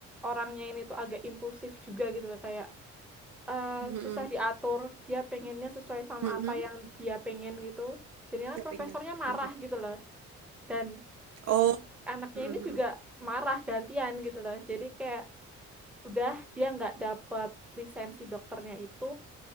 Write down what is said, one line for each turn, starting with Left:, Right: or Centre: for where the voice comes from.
Centre: orangnya ini tuh agak impulsif juga gitu loh, kayak eh,
Right: Mm-mm,
Centre: susah diatur, dia pengennya sesuai sama
Right: mm-mm.
Centre: apa yang dia pengen gitu. Jadi kan
Right: Ya
Centre: profesornya
Right: pengen.
Centre: marah
Right: Mm-mm.
Centre: gitu loh. Dan
Right: Oh,
Centre: si anaknya
Right: mm-mm,
Centre: ini juga marah gantian gitu loh. Jadi kayak udah dia nggak dapet lisensi dokternya itu,